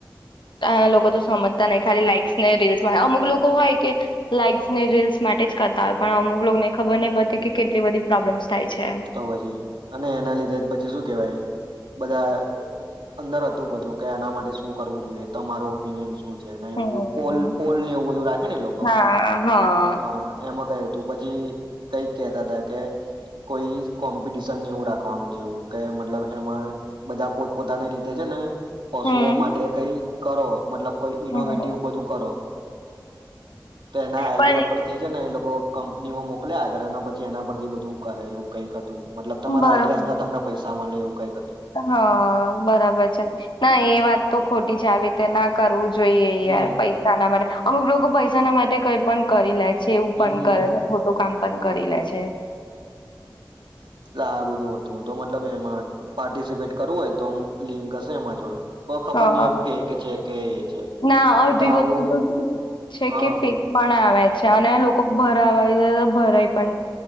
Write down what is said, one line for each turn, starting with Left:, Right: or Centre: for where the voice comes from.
Left: અ લોકો તો સમજતા નઈ ખાલી લાક્સ ને રીલ્સમાં અમુક લોકો હોય કે લાાઈક્સ ને રીલ્સ માટે જ કરતા હોય પણ અમુક લોકોને ખબર નહ પડતી કે કેટલી બધી પ્રોબ્લેમ્સ. થાય છે
Right: તો પછી અને એના લીધે પછી શું કેવાય બધા. અંદર હતું બધું કે આના માટે શું કરવું જોઈએ તમારું ઓપિનિયન શું? જે એવું
Left: હમ
Right: બધું પોલ પોલ ને એવું બધું રાખે ને લોકો
Left: હા હા
Right: હ એમાં ક તું પછી કઈક કેતા હતા કે. કોઈ કોમ્પિટિશન એવું રાખવાનું જેવું કે મતલબ એમાં બધા પોતપોતાની રીતે છે ને પશુઓ
Left: હમ
Right: માટે કઈ કરો મતલબ. કોઈ ઈનોવેટિવ
Left: હમ
Right: બધું કરો. તો એના આઈડિયા
Left: પણ
Right: પરથી છે ને એ લો કંપનીમાં મોકલ આગળ પછી એના પરથી બધું. કરે એવું કઈક. મતલબ તમારા
Left: બરોબર
Right: આઈડિયાઝ ના તમને પૈસા મલે એ કઈ
Left: હા બરાબર છે ના એ વાત. તો ખોટી જાવ તે ના કરવું જ જોઈએ
Right: હમ
Left: યાર પૈસા ના મને અમુક લોકો પૈસા ના માટે કઈ પણ કરી લે. જેવું
Right: હમ
Left: પણ
Right: હમ.
Left: કરે ખોટું કામ પણ. કરી લે છે.
Right: એ આ બધું હતું તો મતલબ એમાં પાર્ટિસિપેટ કરવું હોય તો લિંક હશે એમાં જોડે. તો ખબર
Left: હા
Right: નહ ફેક છે કે એ છે
Left: ના
Right: કેમ
Left: અડધી
Right: કે આવું
Left: વસ્તુ તો છે
Right: હા
Left: કે ફેકવા આવે છે અને લોકો. ભરાવા ભરાય.